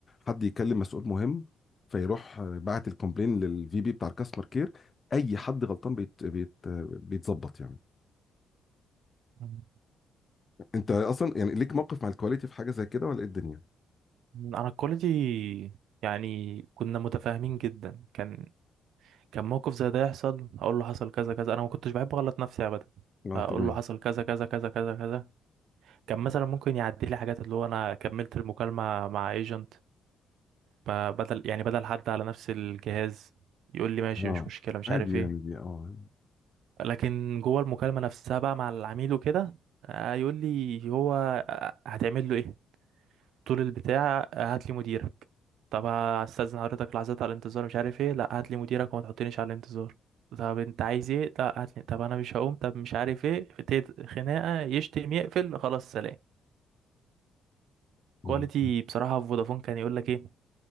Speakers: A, on the left; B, on the right.
A: حد يكلم مسؤول مهم فيروح باعت الكومبلين للفي بي بتاع الكاستمر كير اي حد غلطان بيت بيت بيتظبط يعني
B: مم.
A: انت اصلا يعني ليك موقف مع الكواليتي في حاجه زي كده ولا ايه الدنيا
B: انا الكواليتي يعني كنا متفاهمين جدا كان كان موقف زي ده يحصل اقول له حصل كذا كذا انا ما كنتش بحب اغلط نفسي ابدا
A: اه
B: اقول
A: تمام
B: له حصل كذا كذا كذا كذا كذا كان مثلا ممكن يعدي لي حاجات اللي هو انا كملت المكالمه مع ايجنت بدل يعني بدل حد على نفس الجهاز يقول لي ماشي
A: اه
B: مش مشكله مش
A: عادي
B: عارف ايه
A: يعني دي اه
B: لكن جوه المكالمه نفسها بقى مع العميل وكده آه، يقول لي هو آه، هتعمل له ايه طول البتاع هات لي مديرك طب هستأذن حضرتك لحظات على الانتظار مش عارف ايه لا هات لي مديرك وما تحطنيش على الانتظار طب انت عايز ايه لا هات لي طب انا مش هقوم طب مش عارف ايه ابتدت خناقه يشتم يقفل خلاص سلام كواليتي
A: اه
B: بصراحه في فودافون كان يقول لك ايه